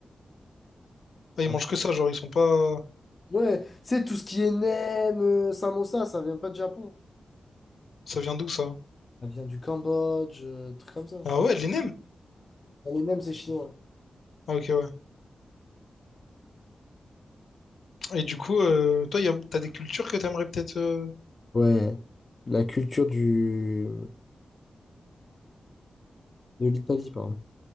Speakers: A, on the left; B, on the left.
A: Ah, ils
B: Ah,
A: mangent que ça, genre, ils sont pas...
B: Ouais, c'est tout ce qui est nem, euh, samosa, ça vient pas du Japon.
A: Ça vient d'où, ça?
B: Ça vient du Cambodge, euh, trucs comme ça.
A: Ah ouais, de l'ENEM?
B: Non, Les nems, c'est chinois.
A: Ah, ok, ouais. Et du coup, euh, toi, y a- t'as des cultures que t'aimerais peut-être. euh,
B: Ouais, la culture du... de l'Italie, pardon.